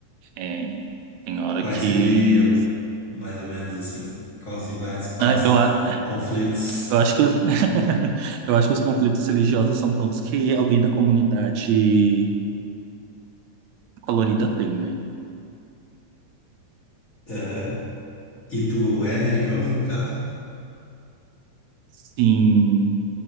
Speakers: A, on the right; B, on the left.
A: é, tem hora
B: Quais
A: que.
B: seriam, mais ou menos assim, quais os embates, quais
A: Ah, Eu, a-
B: conflitos?
A: eu acho que os- <laughs> eu acho que os conflitos religiosos são todos que alguém da comunidade colorida tem, né?
B: Aham. E tu é religioso, no caso?
A: Sim,